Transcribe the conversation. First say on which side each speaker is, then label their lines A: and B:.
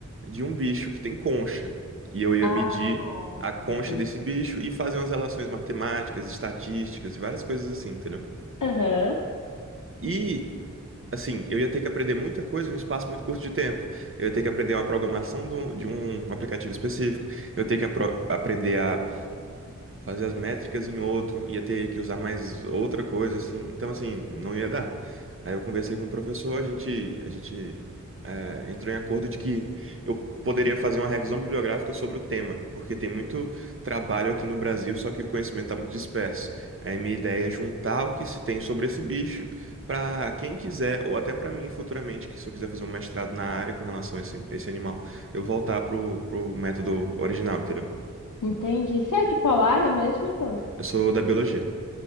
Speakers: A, on the right; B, on the left.
A: de um bicho que tem concha. E eu ia
B: Ah,
A: medir a concha
B: ok.
A: desse bicho e fazer umas relações matemáticas, estatísticas e várias coisas assim, entendeu?
B: Aham,
A: E, assim, eu ia ter que aprender muita coisa em um espaço muito curto de tempo. Eu ia ter que aprender uma programação de um, de um aplicativo específico. Eu ia ter que apro- aprender a fazer as métricas em outro, ia ter que usar mais outra coisa, assim. Então, assim, não ia dar. Aí eu conversei com o professor, a gente, a gente eh, entrou em acordo de que eu poderia fazer uma revisão bibliográfica sobre o tema, porque tem muito trabalho aqui no Brasil, só que o conhecimento está muito disperso. Aí minha ideia é juntar o que se tem sobre esse bicho para quem quiser, ou até para mim futuramente, que se eu quiser fazer um mestrado na área com relação a esse, esse animal, eu voltar pro, pro método original, entendeu?
B: entendi. Você é de qual área mesmo, então?
A: Eu sou da biologia.